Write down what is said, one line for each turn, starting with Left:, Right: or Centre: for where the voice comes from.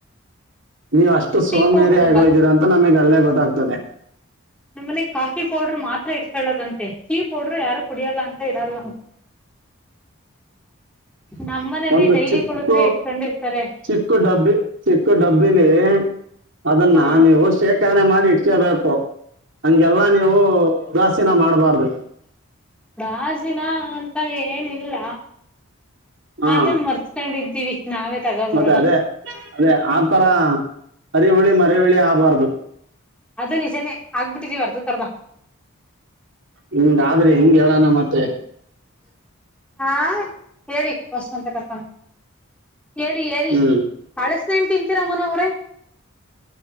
Right: ನೀವ ಅಷ್ಟು ಸೋಮೇರಿ
Centre: ಪೌಡ್ರ್
Right: ಆಗೋಗಿದೀರಾ
Centre: ಇಲ್ಲ
Right: ಅಂತ ನಮಗ್ ಅಲ್ಲೇ ಗೊತ್ತಾಗ್ತದೆ.
Centre: ನಮ್ಮನೆ ಕಾಫಿ ಪೌಡರ್ ಮಾತ್ರ ಇಟ್ಕೊಳ್ಳದಂತೆ. ಟೀ ಪೌಡ್ರ ಯಾರು ಕುಡಿಯಲ್ಲ ಅಂತ ಇಡಲ್ ಹ
Right: <inaudible>
Centre: ನಮ್ಮನೇಲಿ
Right: ಒಂದು
Centre: ಡೈಲಿ
Right: ಚಿಕ್ಕ,
Centre: ಕುಡುದ್ರೆ ಇಡ್ಕೊಂಡಿರ್ತಾರೆ
Right: ಚಿಕ್ಕ ಡಬ್ಬಿ -ಚಿಕ್ಕ ಡಬ್ಬಲಿ ಅದನ್ನ
Centre: ಹಾ
Right: ನೀವು ಶೇಖರಣೆ ಮಾಡಿ- ಇ ಬೇಕು ಹಂಗೆಲ್ಲಾ ನೀವು ಉದಾಸೀನ ಮಾಡಬಾರ್ದು.
Centre: ಉದಾಸಿನ ಅಂತ ಏನಿಲ್ಲ.
Right: ಹಾ
Centre: ಅದನ್ ಮರ್ತ್ಕೊಂಡಿದ್ದೀವಿ ನಾವೇ ತಗೋ
Right: ಮತ್ತೆ
Centre: ಬರದ.
Right: ಅದೇ ಅದೇ ಆತರ ಹರಿಹುಳಿ, ಮರಿ ಹುಳಿ ಆಗಬಾರ್ದು.
Centre: ಅದು ನಿಜಾನೇ ಆಗ್ಬಿಟ್ಟಿದೀವಿ ಅರ್ದ -ಮರ್ದ
Right: ಹಿಂಗಾದ್ರೆ ಹೆಂಗ ಹೇಳಣ ಮತ್ತೆ,
Centre: ಹಾ, ಹೇಳಿ ಬಸ್ಮಂತ ಕರ್ಕೊಂಡ <unintelligible> ಹೇಳಿ -ಹೇಳಿಅಳಸನಣು
Right: ಹ್ಮ್
Centre: ತಿಂತೀರ ಮನು ಅವ್ರೇ,